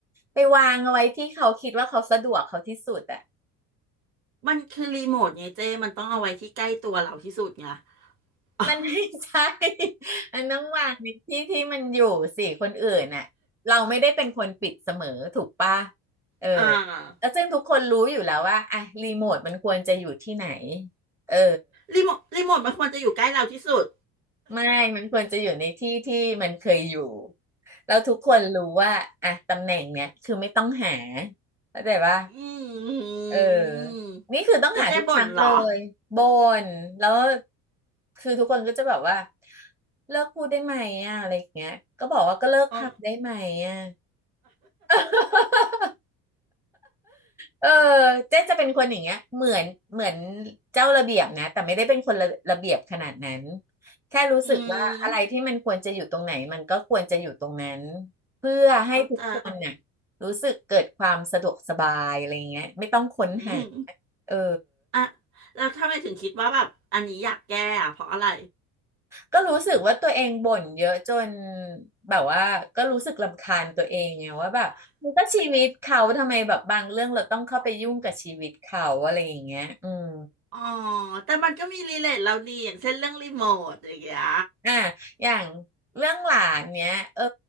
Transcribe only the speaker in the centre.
ไปวางเอาไว้ที่เขาคิดว่าเขาสะดวกเขาที่สุดอะ
มันไม่ใช่ <laughs> มันต้องวางในที่ที่มันอยู่สิคนอื่นน่ะเราไม่ได้เป็นคนปิดเสมอถูกปะเออ
แล้วซึ่งทุกคนรู้อยู่แล้วว่าอะรีโมทมันควรจะอยู่ที่ไหนเออ
ไม่มันควรจะอยู่ในที่ที่มันเคยอยู่เราทุกคนรู้ว่าอะตำแหน่งเนี้ยคือไม่ต้องหาเข้าใจปะ
เออนี่คือต้องหาทุกครั้งเลยบ่นแล้ว
คือทุกคนก็จะแบบว่าเลิกพูดได้ไหมอ่ะอะไรอย่างเงี้ยก็บอกว่าก็เลิกทำได้ไหมอ่ะ
<laughs> เออเจ๊จะเป็นคนอย่างเงี้ยเหมือนเหมือนเจ้าระเบียบนะแต่ไม่ได้เป็นคนระระเบียบขนาดนั้นแค่รู้สึกว่าอะไรที่มันควรจะอยู่ตรงไหนมันก็ควรจะอยู่ตรงนั้น
เพื่อให้ทุกคนน่ะ
รู้สึกเกิดความสะดวกสบายอะไรอย่างเงี้ยไม่ต้องค้นหา
เออ
ก็รู้สึกว่าตัวเองบ่นเยอะจนแบบว่าก็รู้สึกรำคาญตัวเองไงว่าแบบมันก็ชีวิตเขาทำไมแบบบางเรื่องเราต้องเข้าไปยุ่งกับชีวิตเขาอะไรอย่างเงี้ยอืม
อ่ะอย่างเรื่องหลานเนี้ยเออ